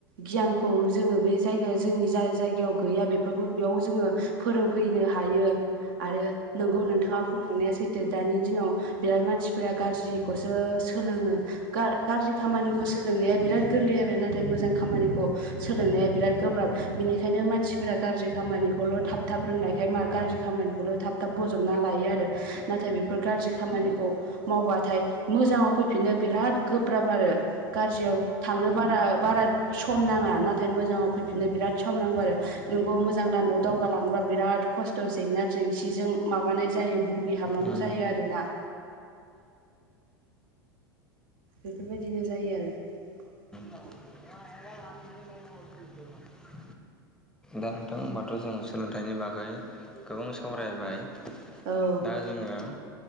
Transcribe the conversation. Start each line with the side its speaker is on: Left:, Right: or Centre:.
Right: गियानखौ जोङो बे जायगायाव जोंनि जाय जायगायाव गैया बेफोरखौ बेयाव जोङो फोरोंफैनो हायो आरो नोंगौ नोंथाङा बुंलांनाया सैथो दानि दिनाव बिराद मानसिफोरा गाज्रिखौसो सोलोङो गाज्रि खामानिखौ सोलोंनाया बिराद गोरलै आरो नाथाय मोजां खामानिखौ सोलोंनाया बिराद गोब्राब बिनिखायनो मानसिफोरा गाज्रि खामानिखौल‌थाब थाब रोंनायखाय गाज्रि खामानिखौल थाब थाब बजबना लायो आरो नाथाय बेफोर गाज्रि खामानिखौ मावबाथाय मोजांङाव फैफिननो बिराद गोब्राब आरो गाज्रियाव थांनो बारा बारा सम नाङा। नाथाय मोजाङाव फैफिननो बिराद सम नांगौ आरो नंगौ मोजांं लामायाव दाव गा लांनोबा बिराद खस्थ' जेंना जेंसिजों माबानाय जायो बुगिहाबनांगौ
Centre: उम
Right: जायो आरोना। बेफोरबायदिनो जायो आरो।
Centre: <inaudible> <inaudible> दा नोंथां होमबाथ' जों सोलोंथाइनि बागै गोबां सावरायबाय।
Right: ओ
Centre: दा जोङो